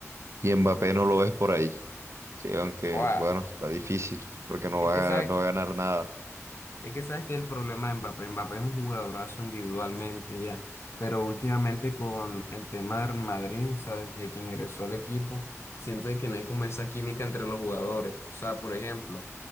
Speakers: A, on the right; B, on the left.
A: Y Mbappé no lo ves por ahí, sí, aunque
B: O a-
A: bueno, está difícil porque no
B: es
A: va
B: que, ¿sabes?
A: a, no va a ganar nada.
B: Es que sabes que el problema de Mbappé, Mbappé es un jugadorazo individualmente ya, pero últimamente con el tema del Madrid, o sea, desde que ingresó al equipo, siento de que no hay como esa química entre los jugadores. O sea, por ejemplo,